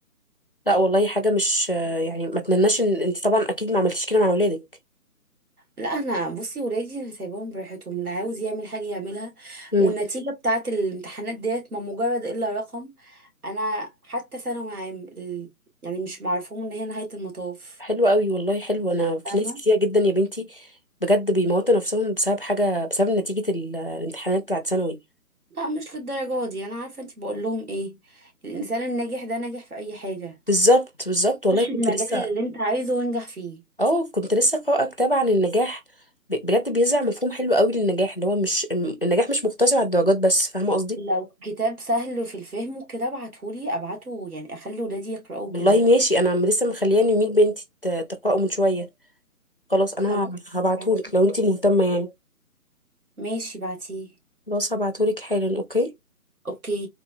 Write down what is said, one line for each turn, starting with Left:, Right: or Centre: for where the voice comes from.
Left: لا والله حاجة مش يعني ما اتمناش ان انت طبعا اكيد ما عملتيش كده مع اولادك
Right: لا انا بصي ولادي انا سايباهم براحتهم اللي عاوز يعمل حاجه يعملها
Left: امم
Right: والنتيجه بتاعه الامتحانات ديت ما مجرد الا رقم انا حتى ثانوي عام ال- يعني مش معرفهم ان هي نهايه المطاف
Left: حلو قوي والله حلو انا في
Right: فاهمه
Left: ناس كتيرة جدا يا بنتي بجد بيموتوا نفسهم بسبب حاجة بسبب نتيجة ال- الامتحانات بتاعت ثانوي
Right: لا مش للدرجه دي انا عارفه انت بقول لهم ايه الانسان الناجح ده ناجح في اي حاجه
Left: بالظبط بالظبط والله
Right: خش
Left: كنت
Right: المجال
Left: لسه
Right: اللي انت عايزه وانجح فيه
Left: اه كنت لسه قارئة كتاب عن النجاح ب- بجد بيزرع مفهوم حلو قوي للنجاح اللي هو مش الم- النجاح مش مقتصر على الدرجات بس فاهمة قصدي
Right: لو كتاب سهل في الفهم وكده ابعتهولي ابعته يعني اخلي ولادي يقرأوه
Left: والله
Right: كده
Left: ماشي انا عم- لسه مخلياني يميل بنتي ت- تقرأه من شوية خلاص انا
Right: خلاص
Left: هبعتهولك
Right: بعتيه
Left: لو انت مهتمة يعني
Right: ماشي بعتيه
Left: خلاص هبعتهولك حالا اوكي
Right: اوكي